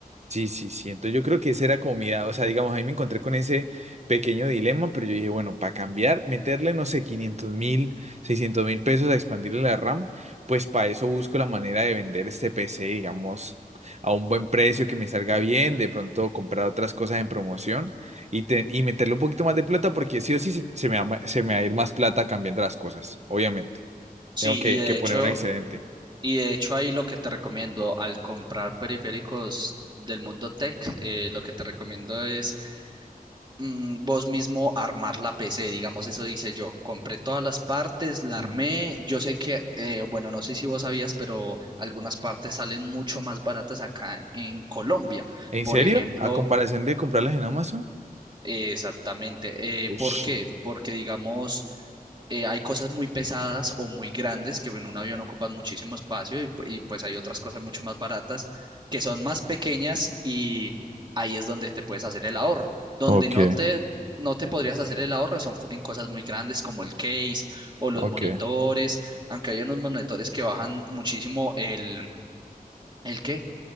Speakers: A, on the right; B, on the right.
A: Sí, sí, sí. Entonces yo creo que esa era como comida. O sea, digamos, ahí me encontré con ese pequeño dilema, pero yo dije, bueno, para cambiar, meterle, no sé, quinientos mil, seiscientos mil pesos a expandirle la RAM, pues para eso busco la manera de vender este PC, digamos, a un buen precio que me salga bien, de pronto comprar otras cosas en promoción y, te- y meterle un poquito más de plata, porque sí o sí se, se me va, ma- se me va a ir más plata cambiando las cosas, obviamente.
B: Sí,
A: Tengo que,
B: y de
A: que poner
B: hecho,
A: un excedente.
B: y de hecho ahí lo que te recomiendo al comprar periféricos del mundo tech, eh, lo que te recomiendo es mm, vos mismo armar la PC, digamos, eso dice yo. Compré todas las partes, la
A: Ujú.
B: armé. Yo sé que, eh, bueno, no sé si vos sabías, pero algunas partes salen mucho más baratas acá en Colombia.
A: ¿En
B: Por
A: serio?
B: ejemplo,
A: ¿A comparación de comprarlas en Amazon?
B: Exactamente. Eh,
A: Ush.
B: ¿por qué? Porque, digamos, eh, hay cosas muy pesadas o muy grandes que en un avión ocupan muchísimo espacio y, pu- y, pues hay otras cosas mucho más baratas que son más pequeñas y ahí es donde te puedes hacer el ahorro. Donde
A: Ok,
B: no te, no te podrías hacer el ahorro son co- en cosas muy grandes como el case o los
A: ok,
B: monitores, aunque hay unos monitores que bajan muchísimo el, ¿el qué?